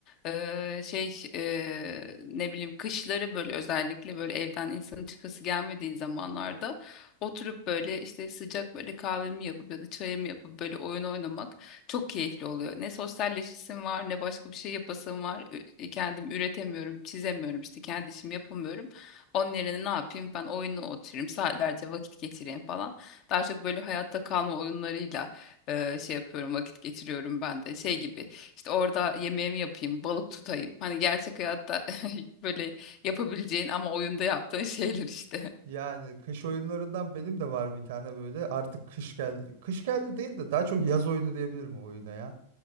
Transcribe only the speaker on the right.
yani kış oyunlarından benim de var bir tane böyle. Artık kış geldi. Kış geldi değil de daha çok yaz oyunu diyebilirim o oyuna ya.